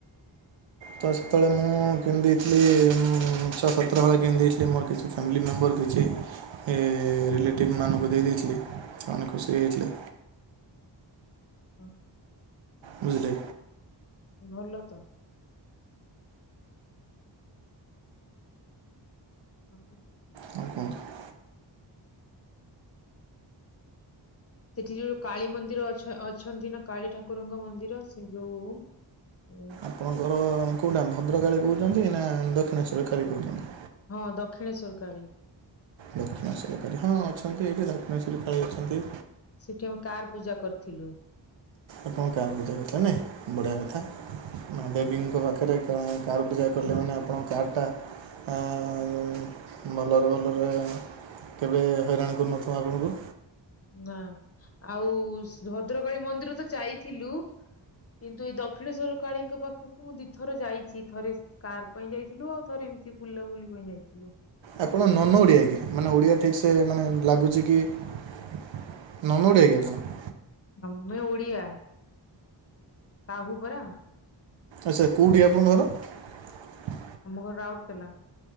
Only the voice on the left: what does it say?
ଅ।
ଭଲ ତ। <inaudible>
ସେଠି ଯୋଉ କାଳୀ ମନ୍ଦିର ଅଛ, ଅଛନ୍ତି ନା କାଳୀ ଠାକୁରଙ୍କ ମନ୍ଦିର ସେ ଯୋଉ ଉଁ
ହଁ ଦକ୍ଷିଣେଶ୍ୱରକାଳୀ।
ସେଠି ଆମେ କାର ପୂଜା କରିଥିଲୁ।
ହଁ
ନା। ଆଉ ଭଦ୍ରକାଳୀ ମନ୍ଦିର ତ ଯାଇଥିଲୁ। କିନ୍ତୁ ଏ ଦକ୍ଷିନେଶ୍ୱରକାଳୀଙ୍କ ପାଖକୁ ମୁଁ ଦିଥର ଯାଇଛି। ଥରେ କାର୍ ପାଇଁ ଯାଇଥିଲୁ। ଆଉ ଥରେ ଏମିତି ବୁଲାବୁଲି ପାଇଁ ଯାଇଥିଲୁ।
ଆମେ ଓଡିଆ। ସାହୁ ପରା।
ଆମ ଘର ରାଉରକେଲା।